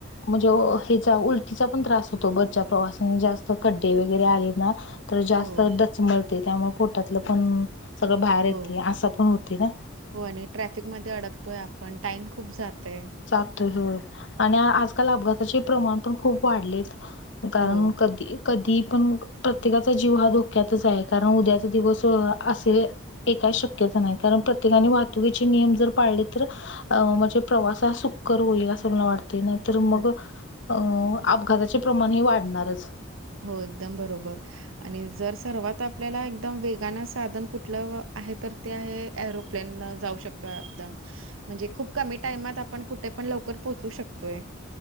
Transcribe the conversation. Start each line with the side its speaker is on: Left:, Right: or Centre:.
Left: म्हणजे हचा उलटीचा पण त्रास होतो बरच्या प्रवासाने जास्त खड्डे वगैरे आले ना तर जास्त
Right: हो,
Left: डचमळते त्यामुळे पोटातलं पण सगळं बाहेर येते
Right: हो.
Left: असं पण होते ना?
Right: हो आणि ट्रॅफिकमध्ये अडकतोय आपण टाइम खूप जातय.
Left: जातो होय आणि आजकाल अपघाताचे प्रमाण पण खूप वाढलेत. कारण
Right: हो,
Left: कधी कधी पण प्रत्येकाचा जीव हा धोक्यातच आहे कारण उद्याचा दिवस असे एय शक्यता नाही कारण प्रत्येका वाहतुकीचे नियम जर पाळले तर म्हणजे प्रवास सुक्कर होईल असं मला वाटत नाही तर
Right: हो.
Left: मग अ अपघाताचे प्रमाण हे वाढणारच.
Right: हो एकदम बरोबर आणि जर सर्वात आपल्याला एकदम वेगानं साधन कुठलं आहे तर ते आहे एरोप्लेन जाऊ शकतोय आपदन. म्हणजे खूप कमी टाइमात आपण कुठे पण लवकर पोहोचू शकतोय.